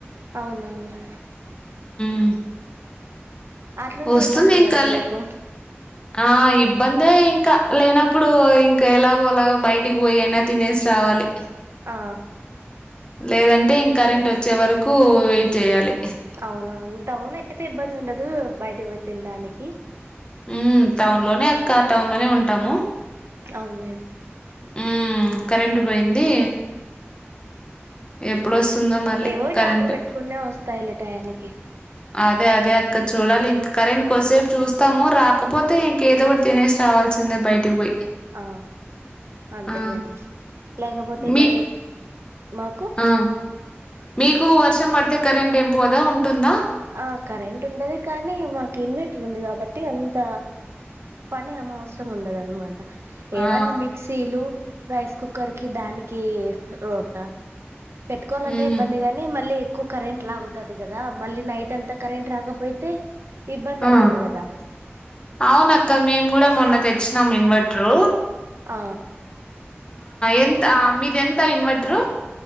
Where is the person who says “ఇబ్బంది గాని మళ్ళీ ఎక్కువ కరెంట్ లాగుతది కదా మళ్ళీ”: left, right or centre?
Right